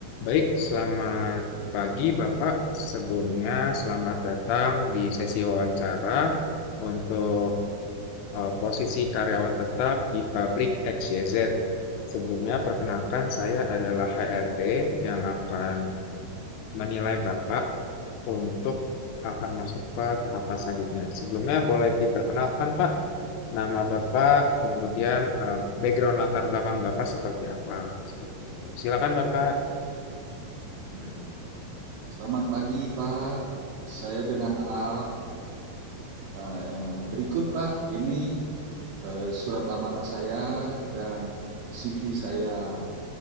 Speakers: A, on the left; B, on the right.
A: Baik, selamat pagi Bapak. Sebelumnya selamat datang di sesi wawancara untuk eh, posisi karyawan tetap di pabrik XYZ. Sebelumnya perkenalkan saya adalah HRD yang akan menilai Bapak untuk akan masuk ke tahapan selanjutnya. Sebelumnya boleh diperkenalkan Pak, nama Bapak, kemudian eh, background latar belakang Bapak seperti apa? Seperti itu. Silakan Bapak.
B: Baik. Selamat pagi, Pak. Saya dengan A. Eh, Berikut, Pak, ini eh, surat lamaran saya dan CV saya.